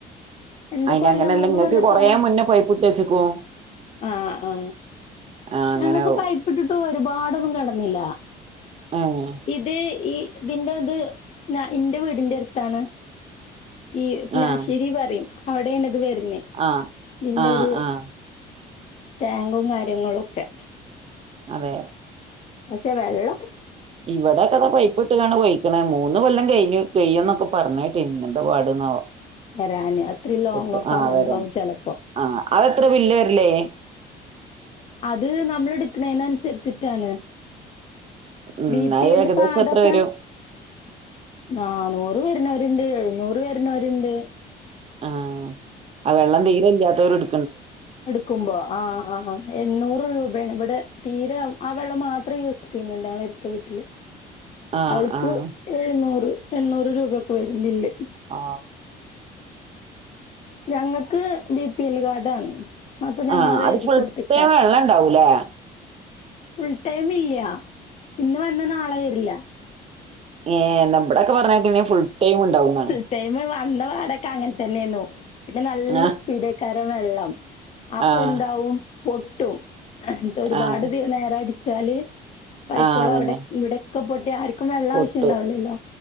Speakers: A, on the left; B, on the right.
A: രണ്ട്
B: അയിന്റെ
A: കൊല്ലം
B: അങ്ങനെയല്ല
A: മൂന്ന്
B: ഇങ്ങക്ക്
A: കൊല്ലത്തോളായി
B: കൊറേമുന്നേ പൈപ്പിട്ടുവച്ചേക്കു
A: ആ ആ
B: ആഹ് അങ്ങനെ
A: ഞങ്ങക്ക്
B: ആവും
A: പൈപ്പിട്ടിട്ട്പോയ് ഒരുപാടൊന്നും കെടന്നില്ല
B: ഏഹ്
A: ഇത് ഈ ഇതിൻറെ അത് ഞാ എൻറെ വീടിന്റെ അടുത്താണ് ഈ ലാശ്ശേരി
B: ആഹ്
A: പറയും അവിടെയാണത് വരുന്നേ
B: ആഹ്
A: നിന്റെ
B: ആഹ്
A: ഒരു
B: ആഹ്
A: ടാങ്കും കാര്യങ്ങളും ഒക്കെ
B: അതെ
A: പക്ഷെ വെളളം
B: ഇവിടൊക്കെതാ പൈപ്പിട്ടുക്കാണ് പോയിക്കണേ മൂന്നുകൊല്ലം കഴിഞ്ഞു പെയ്യൂന്നൊക്കെ പറഞ്ഞിട്ട് ഇന്നെന്താ പാടുന്നാവോ
A: വരാന് അത്രയും ലോങ്
B: എട്ട്
A: ഒക്കെ
B: ആ
A: ഉണ്ടാവും
B: വരാൻ
A: ചിലപ്പോ
B: ആ അതെത്ര ബില്ല് വരല്
A: അത് നമ്മൾ എടുക്കണേന് അനുസരിച്ചിട്ടാണ്
B: ഉം
A: ബി പി
B: അത്
A: എല്ല്
B: ഏകദേശം
A: കാഡൊക്കെ
B: എത്ര വരും
A: നാനൂറ് വരണവര് ണ്ട് എഴുന്നൂറ് വരണവരുണ്ട്
B: ആ ആ വെള്ളം തീരെ ഇല്ലാത്തവര് എടുക്
A: എടുക്കുമ്പോ ആ ആ എണ്ണൂറ് രൂപായാണ് ടെ തീരെ ആ വെള്ളം മാത്രം യൂസ് ചെയ്യുന്നുണ്ട് അവള് എടുത്ത വീട്ടില്
B: ആഹ്
A: അവൾക്ക്
B: ആഹ്
A: എഴുന്നൂറ് എണ്ണൂറ് രൂപയൊക്കെ വരും ബില്ല്
B: ഔ
A: ഞങ്ങക്ക് ബി പി എൽ കാഡാണ് അപ്പൊ ഞങ്ങളത്
B: ആഹ് അത്
A: എഴുതി
B: ഫുൾ
A: കൊടുത്തേക്കാണ്
B: ടൈം വെള്ളം ഇണ്ടാവൂലേ
A: ഫുൾ ടൈം ഇല്ലാ ഇന്ന് വന്നാ നാളെ വരില്ല
B: ഏ നമ്മുടെയൊക്കെ പറണകേട്ടിനെ ഫുൾടൈം ഉണ്ടാവുന്നാണ്
A: ഫുൾ ടൈം വന്ന പാടൊക്കെ അങ്ങനെ തന്നെയാന്നു പിന്നെ നല്ല
B: ആഹ്
A: സ്പീഡേക്കാരം വെള്ളം അപ്പൊ
B: ആഹ്
A: എന്താവും പൊട്ടും ഇത് ഒരുപാട്നേരം
B: ആഹ്
A: അടിച്ചാല് പൈപ്പ്
B: ആഹ്
A: വെള്ളം
B: അതന്നെ
A: അവിടെ ഇവിടൊക്കെ പൊട്ടി ആർക്കും വെള്ളം
B: പൊട്ടും
A: ആവശ്യ ജ്ണ്ടാവ്ലല്ലോ